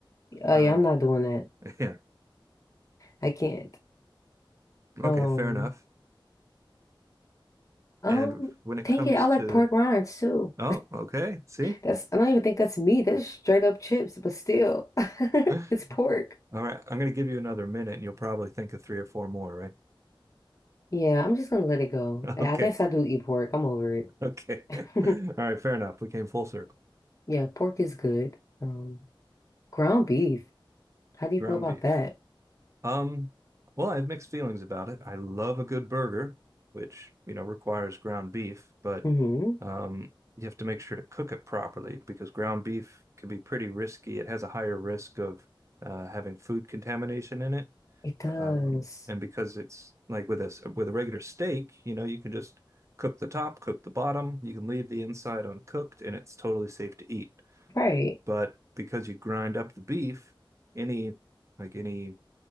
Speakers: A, on the left (about 35°); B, on the right (about 35°).
A: Oh
B: Um,
A: yeah, I'm not doing that.
B: <laughs> yeah,
A: I can't.
B: okay,
A: Um,
B: fair enough.
A: um,
B: And when it
A: dang
B: comes
A: it, I like
B: to,
A: pork rinds too.
B: oh, okay, see.
A: That's I don't even think that's meat. That's straight up chips, but still, <laughs>
B: <laughs> All
A: it's pork.
B: right, I'm going to give you another minute and you'll probably think of three or four more, right?
A: Yeah, I'm just gonna let it go.
B: <laughs>
A: I
B: Okay.
A: guess I do eat pork. I'm over it.
B: Okay. <laughs>
A: <laughs>
B: All right, fair enough. We came full circle.
A: Yeah, pork is good. Um, ground beef. How do you
B: Ground
A: feel about
B: beef.
A: that?
B: Um, well, I have mixed feelings about it. I love a good burger, which, you know, requires ground beef, but
A: Mm-hmm.
B: um, you have to make sure to cook it properly because ground beef can be pretty risky. It has a higher risk of uh, having food contamination in it.
A: It does.
B: Um, and because it's like with this with a regular steak, you know, you can just cook the top, cook the bottom, you can leave the inside uncooked, and it's totally safe to eat.
A: Right.
B: But because you grind up the beef, any like any